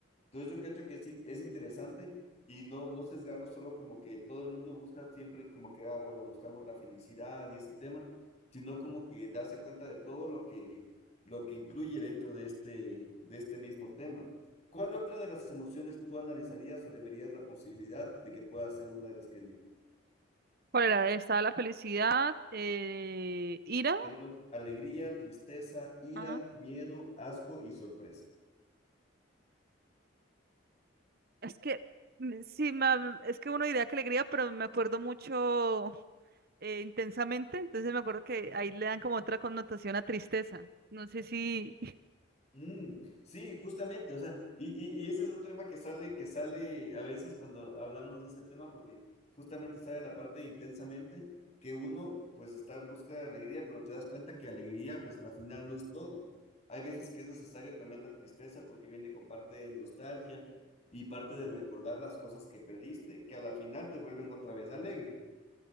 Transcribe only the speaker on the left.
Entonces yo creo que es, in- es interesante y no, no sesgarlo solo como que todo el mundo busca siempre como que, ah, bueno, buscamos la felicidad y ese tema, sino como que darse cuenta de todo lo que, lo que incluye dentro de este, de este mismo tema. ¿Cuál otra de las emociones tú analizarías o le verías la posibilidad de que pueda ser una de las que elijo?
Tenemos alegría, tristeza, ira,
miedo, asco y sorpresa.
Mm, sí, justamente, o sea, y, y, y ese es otro tema que sale, que sale a veces cuando hablamos de ese tema, porque justamente sale la parte de intensamente, que uno pues está en busca de alegría, pero te das cuenta que alegría pues a la final no es todo. Hay veces que es necesario también la tristeza porque viene con parte de nostalgia y parte de recordar las cosas que perdiste, que a la final te vuelven otra vez alegre.